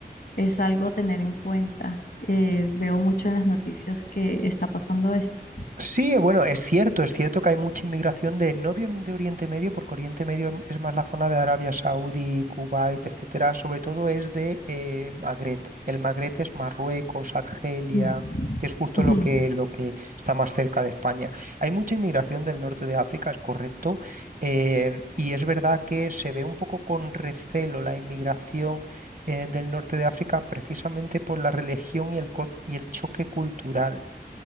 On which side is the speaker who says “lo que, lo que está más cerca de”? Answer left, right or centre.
Right